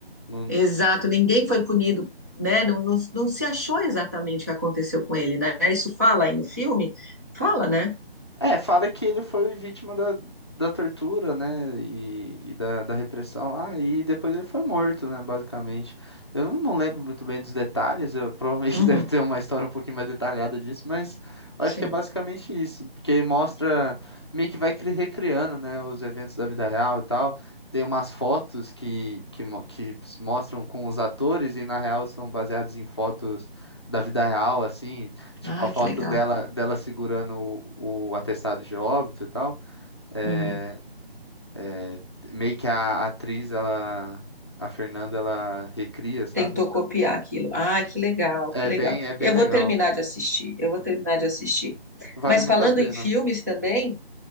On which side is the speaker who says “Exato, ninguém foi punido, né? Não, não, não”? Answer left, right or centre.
Right